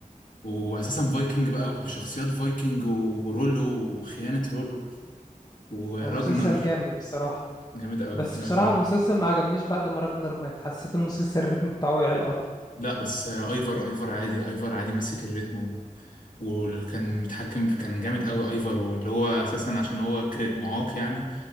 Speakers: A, on the left; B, on the left.
A: واساسا فايكنج بقى وشخصيات فايكنج ورولو وخيانة رولو وراجنر
B: هو مسلسل جامد بصراحة
A: جامد قوي
B: بس
A: جامد
B: بصراحة
A: قوي
B: المسلسل ما عجبنيش بعد ما راجنر مات حسيت المسلسل الريتم بتاعه وقع الارض
A: لا بس آه ايفر ايفر عادي ايفر عادي مسك الريتم و- وكان متحكم كان جامد قوي ايفر واللي هو اساسا عشان هو كري- معاق يعني